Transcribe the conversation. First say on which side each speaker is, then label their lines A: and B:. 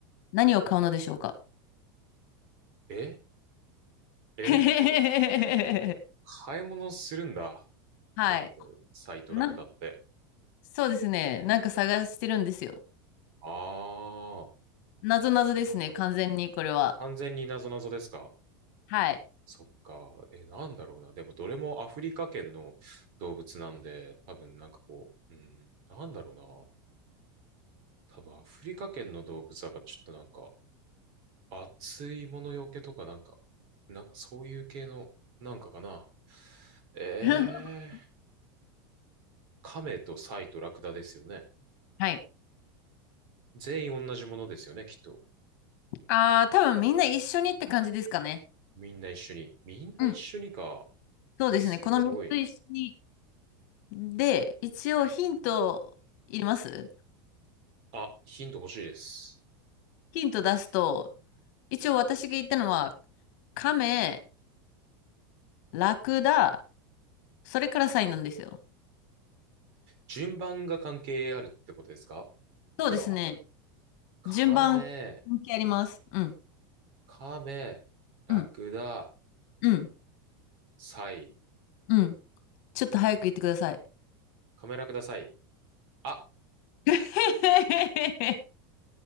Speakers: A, on the left; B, on the right.
A: 何を買うのでしょうか
B: ええ
A: <laughs>
B: 買い物するんだ。
A: はい。
B: 亀とサイとラクダって。
A: な、そうですね。なんか探してるんですよ。
B: あー。
A: なぞなぞですね。
B: 完
A: 完全にこれは。
B: 完全に謎謎ですか
A: はい。
B: そっか。え、なんだろうな。でも、どれもアフリカ圏の動物なんで、多分なんかこう、うん、なんだろうな。多分アフリカ圏の動物だからちょっとなんか、熱いものよけとかなんか、なんかそういう系の、なんかかな。えー、
A: <laughs>
B: カメとサイとラクダですよね。
A: はい。
B: 全員同じものですよね、きっと。
A: ああ、多分みんな一緒にって感じですかね。
B: みんな一緒に。みんな一緒にか。
A: うん。そうですね。
B: すごい。
A: この3つ一緒に。で、一応ヒントいります
B: あ、ヒント欲しいです。
A: ヒント出すと、一応私が言ったのは、亀、ラクダ、それからサイなんですよ。
B: 順番が関係あるってことですか
A: そうですね。
B: これは。カメ、
A: 順番関係あります。うん。
B: カメ、ラクダ、
A: うん。うん。
B: サイ、
A: うん。ちょっと早く言ってください。
B: カメラください。あ、
A: <laughs>